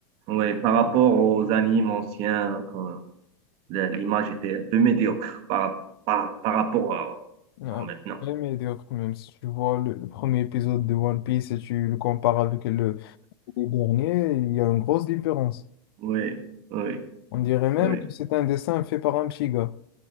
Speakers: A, on the right; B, on the left.
A: oui. Par rapport aux animes anciens, quand la- l'image était un peu médiocre par, par, par rapport à,
B: Ah,
A: à maintenant.
B: Très médiocre même. Si tu vois le, le premier épisode de One Piece et tu le compares avec le, le dernier, il y a une grosse différence.
A: Oui, oui,
B: On dirait même
A: oui.
B: que c'est un dessin fait par un petit gars.